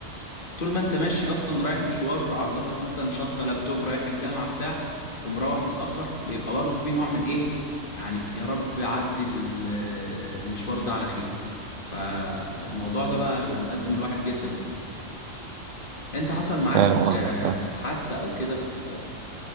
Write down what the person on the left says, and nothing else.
طول ما انت ماشي اصلا رايح مشوار على ظهرك مثلا شنطه لابتوب رايح الجامعه بتاع ومروح متاخر بيبقى برضو في نوع من ايه يعني يا رب عدي ال- آه، المشوار ده على خير فالموضوع ده بقى مأزم الواحد جدا يعني انت حصل معاك
آه،
حادثة او كده في